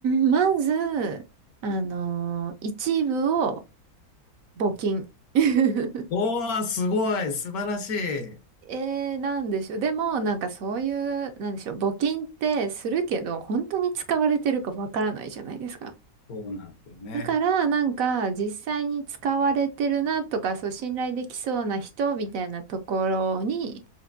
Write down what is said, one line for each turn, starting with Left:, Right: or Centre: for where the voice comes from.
Right: ん、まず、あのー一部を
Left: うん
Right: 募金。<laughs>
Left: おー、すごい、素晴らしい。
Right: えー、なんでしょう。でも、なんかそういう、なんでしょう。募金ってするけど、本当に使われてるかわからないじゃないですか。
Left: そうなんですよね。
Right: だから、なんか、実際に使われてるなとか、そう、信頼できそうな人みたいなところに、